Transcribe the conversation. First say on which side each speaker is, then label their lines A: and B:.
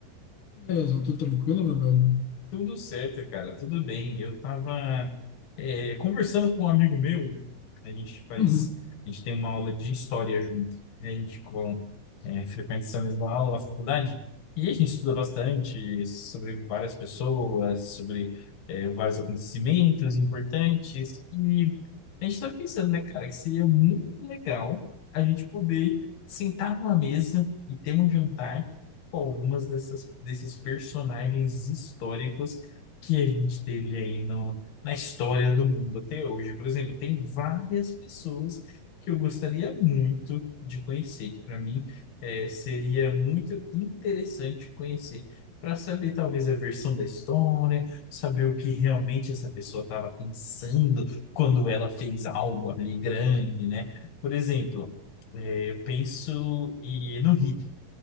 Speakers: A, on the left; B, on the left.
A: Beleza, eu tô tranquilo, meu velho?
B: Tudo certo, cara. Tudo bem. Eu tava é, conversando com um amigo meu. A gente faz,
A: Uhum.
B: a gente tem uma aula de história junto. né? A gente com, é, frequenta essa mesma aula na faculdade. E a gente estuda bastante sobre várias pessoas, sobre é, vários acontecimentos importantes. E a gente tá pensando, né, cara, que seria muito legal a gente poder sentar numa mesa e ter um jantar com algumas dessas, desses personagens históricos que a gente teve aí no, na história do mundo até hoje. Por exemplo, tem várias pessoas que eu gostaria muito de conhecer, que para mim eh, seria muito interessante conhecer, para saber talvez a versão da história, saber o que realmente essa pessoa estava pensando quando ela fez algo ali grande, né? Por exemplo, eh, eu penso e no Hitler.